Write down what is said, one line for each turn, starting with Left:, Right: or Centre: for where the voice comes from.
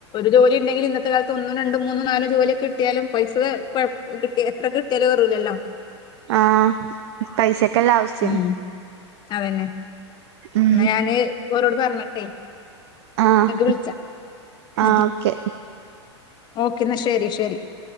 Left: ജോലി ഉണ്ടെങ്കില് ഇന്നത്തെ കാലത്ത് ഒന്നു രണ്ടും മൂന്നും നാലും ജോലിക്കെ കിട്ടിയാലും പൈസ ത കൊ കിട്ടിയ എ എത്ര കിട്ടിയാലും ഏറുലല്ലോ
Right: ആഹ് പൈസക്കല്ല ആവശ്യം
Left: ഉം അതന്നെ
Right: ഉം
Left: എന്നാ ഞാന് ഓരോട് പറഞ്ഞിട്ടെ
Right: ആഹ്
Left: ഇങ്ങക്ക് വിളിച്ചാ മതി
Right: ആഹ് ഓക്കെ
Left: ഓക്കെ എന്നാ ശെരി ശെരി